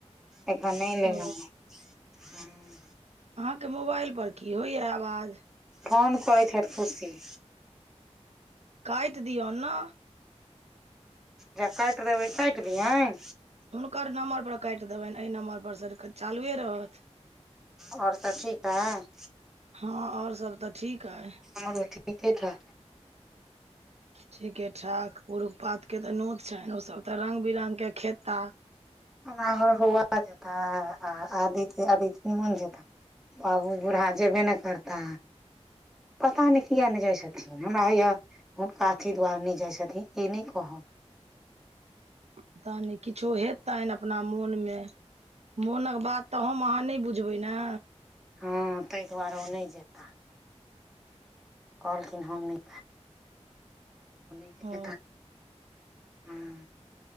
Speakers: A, in the centre; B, on the right.
A: एखन नहि लेलहुँ
B: ओ
A: हें।
B: अहाँके मोबाइल पर की होइये आवाज?
A: फोन करै छथि खुशी।
B: काटि दिऔ ने।
A: जे काटि देबै काटि दियैन।
B: हुनकर नम्बर पर काटि देबनि एहि नम्बर पर सर के चालुए रहत।
A: आओर सब ठीक ठाक।
B: हँ आओर सब तऽ ठीक अहि।
A: हमरो ठीके ठाक
B: ठीके ठाक पुरूख पातके तऽ नोत छैन्ह ओ सब तऽ रंग बिरंगके खेता।
A: हमरा घरमे बौआ जेताह आ आदित आदित मोहन जेता। बाबू बूढ़ा जेबे ने करता पता नहि किया नहि जाइ छथिन हमरा होइये ह कथी द्वार नहि जाइत छथिन ई नहि कहब।
B: पता नहि किछो हेतनि अपना मोनमे मोनक बात त हम अहाँ नहि बुझबै ने।
A: हँ ताहि दुआरे ओ नहि जेताह। कहलखिन हम नय जैब
B: ओ
A: <unintelligible>